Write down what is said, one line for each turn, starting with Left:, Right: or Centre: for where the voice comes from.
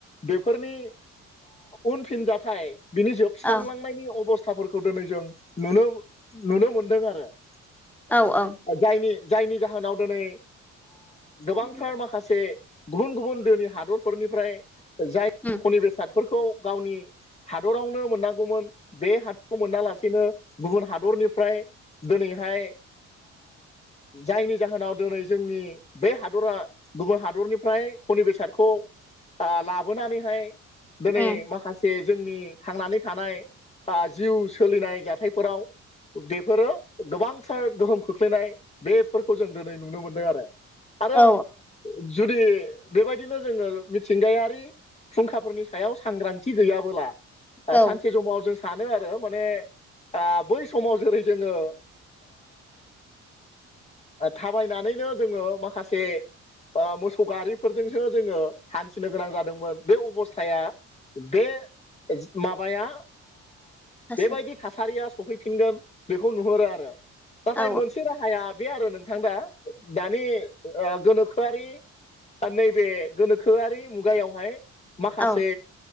Left: बेफोरनि उनफिनजाथाय बिनि जोबस्रांलांनायनि
Centre: औ
Left: अबस्थाफोरखौ दिनै जों नुनो नुनो मोनदों आरो
Centre: औ औ
Left: जायनि जायनि जाहोनाव दिनै गोबांथार
Centre: उम
Left: माखासे गुबुन गुबुन दोनि हादरफोरनिफ्राय जाय
Centre: उम
Left: खनि बेसाद फोरखौ गावनि हादरावनो मोननांगौमोन बे हादराव मोनालासेनो गुबुन हादरनिफ्राय दिनैहाय जायनि जाहोनाव दिनै जोंनि बे हादरा गुबुन हादरनिफ्राय खनि बेसादखौ लाबोनानैहाय दिनै
Centre: उम
Left: माखासे जोंनि थांनानै थानाय जिउ सोलिनाय जाथाय फोराव बेफोरो गोबांथार गोहोम खोख्लैनाय बेफोरखौ जों दिनै नुनो मोन्दों आरो आरो
Centre: औ
Left: जुदि बेबायदिनो जोङो मिथिंगायारि फुंखाफोरनि सायाव सांग्रांथि गैयाबोला
Centre: औ
Left: सानसे समाव जों सानो आरो माने। ओ बै समाव जेरै जोङो। थाबायनानैनो जोङो माखासे। मोसौ गारिफोरजोंसो जोङो हान्थिनो गोनां जादोंमोन बे अबस्थाया। बे माबाया
Centre: औ
Left: बेबायदि थासारिया सफैफिनगोन बेखौ नुहुरो आरो नाथाय
Centre: औ
Left: मोनसे र या बे आरो नोंथां दा दानि गोनोखोआरि नैबे गोनोखोआरि मुगायावहाय। माखासे
Centre: औ